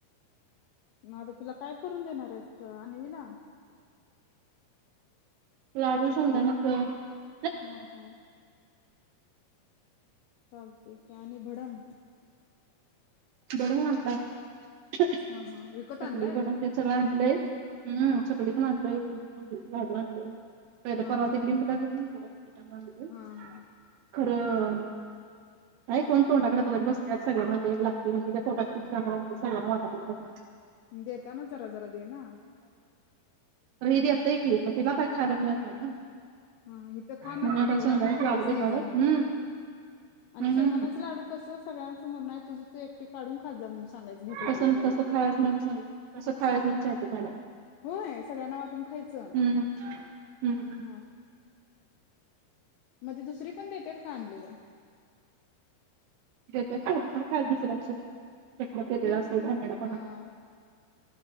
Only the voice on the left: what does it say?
म आता तिला काय करून देणार आहेस त अनवीला?
हम्म हम्म. चालतंय की आणि भडंग.
हा हा विकत आणलायस?
हा
हा
हा हा
<inaudible>
देताना जरा जरा दे ना.
हा हित खा म्हणावं
थोडं
आणि थोडंच
ने
जा
म्हणाव,
आणि
शेंगदाण्याचं लाडू कसं सगळ्यांन समोर नाय तुझं तु एकटी काढून खात जा म्हणून सांगायचं भूक लागल्यावर
एक एक
सांग.
होय, सगळ्यांना वाटून खायचं
ह ह. मग ती दुसरी पण देत्यात का आणलेलं?
तेच
की हा